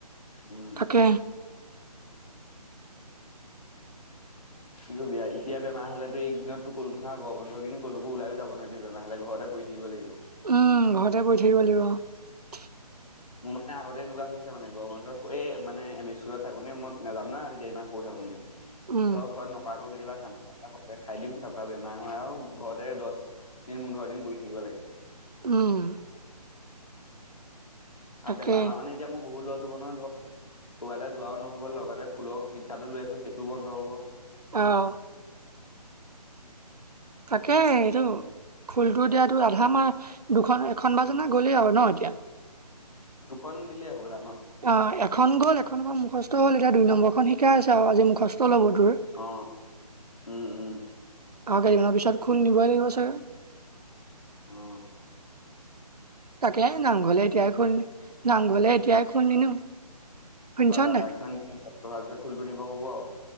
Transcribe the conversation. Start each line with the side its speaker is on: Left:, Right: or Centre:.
Left: উম
Right: থাকে। <inaudible>
Left: কি কবি আৰু এতিয়া বেমাৰ হলেতো এইদিনতো কলো নহয় গৰম বন্ধকেইদিন কলৈকো ওলায়ও যাব নোৱাৰিবি বেমাৰ হলে ঘৰত তে পৰি থাকিব লাগিব।
Right: উম ঘৰতে পৰি থাকিব লাগিব।
Left: মোৰ মানে আগতে এনেকুৱা হৈছে মানে গৰম বন্ধত এই মানে এ মি স্কুলত থাকোতেনে মই নাজানো ন তেতিয়া ইমান সৰু থাকো তেনে।
Right: উম
Left: ধৰ ঘৰত নোকৱাকৈ কেতিয়াবা ঠাণ্ডা ঘপকে খাই দিওঁ তাৰ পৰা বেমাৰ হয় আৰু ঘৰতে দহ দিন, পোন্ধৰ দিন পৰি থাকিব লাগে।
Right: উম। তাকে
Left: আৰু বেমাৰ হোৱা মানে এতিয়া মোৰ বহুত লছ হব নহয় ধৰ কৰবালে যোৱাও নহব লগতে খোলৰ শিক্ষাটো লৈ আছো সেইটোও বন্ধ হব।
Right: আঁহ। তাকে এইটো খোলটো এতিয়া এইটো আধা মাহ দুখন এখন বাজানা গ'লেই আৰু ন এতিয়া?
Left: দুখন দিলে হ'বলা।
Right: অ এখন গ'ল এখনৰ খন মুখস্থ হ'ল এতিয়া দুই নম্বৰখন শিকাই আছে আৰু আজি মুখস্থ লব তোৰ আৰু
Left: অ উম উম
Right: কেইদিনমানৰ পি পিছত খোল নিবই লাগিব চাগে।
Left: আঁহ
Right: তাকে নামঘৰলে এতিয়াই খোল নামঘৰলে এতিয়াই খোল নিনো। শুনিছ
Left: বজানা
Right: নাই?
Left: কিখন খতম হোৱা পিছত খোলটো নিব কব আৰু।